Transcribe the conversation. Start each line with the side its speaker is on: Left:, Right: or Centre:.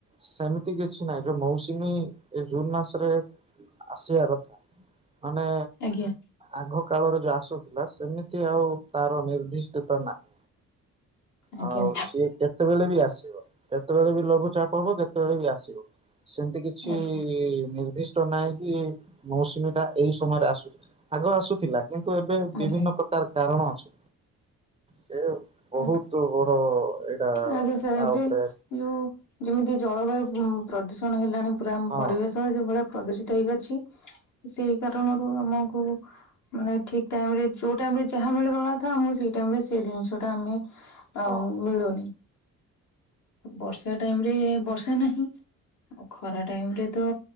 Right: ସେମିତି କିଛି ନହିଁ ଯୋଉ ମୌସୁମୀ ଏ ଜୁନ ମାସରେ ଆସିବା କଥା। ମାନେ।
Left: ଆଜ୍ଞା।
Right: ଆଗ କାଳରେ ଯୋଉ ଆସୁଥିଲା ସେମିତି ଆଉ ତାର ନିର୍ଦ୍ଦିଷ୍ଟତା ନାହିଁ। ହଉ
Left: ଆଜ୍ଞା
Right: କେତେବେଳେ ବି ଆସିବ କେତେବେଳେ ବି ଲଘୁଚାପ ହବ କେତେବେଳେ ବି ଆସିବ ସେମିତି କି କିଛି
Left: ଆଜ୍ଞା
Right: ନିର୍ଦ୍ଦି ନହିଁ କି ମୌସୁମୀ ଟା ଏଇ ସମୟରେ ଆସୁଛି ଆଗ ଆସୁଥିଲା କିନ୍ତୁ ଏବେ
Left: ଆଜ୍ଞା
Right: ବିଭିନ୍ନ ପ୍ରକାର ତାର କାରଣ ଅଛି ସେ ବହୁତ
Left: ଆଜ୍ଞା
Right: ବଡ ଏଇଟା
Left: ଆଜ୍ଞା ସାର୍ ଏବେ
Right: ଆ ଉପରେ
Left: ଯଉ ଯେମିତି ଜଳବାୟୁ ପ୍ରଦୂଷଣ ହେଲାଣି ପୁରା ଆମ
Right: ହଁ
Left: ପରିବେଶ ଯ ଭଳିଆ ପ୍ରଦୂଷିତ ହେଇକ ଅଛି ସେଇ କାରଣରୁ ଆମକୁ ମାନେ ଠିକ ଟାଇମ ରେ ଯୋଉ ଟାଇମ ରେ ଯାହା ମିଳିବା କଥା ମୁ ସେଇ ଟାଇମ ରେ ସେ ଜିନିଷ ଟା ଆମେ ଆଉ
Right: ହଁ
Left: ମିଳୁନି। ବର୍ଷା ଟାଇମ ରେ ବର୍ଷା ନାହିଁ ଆଉ ଖରା ଟାଇମରେ ତ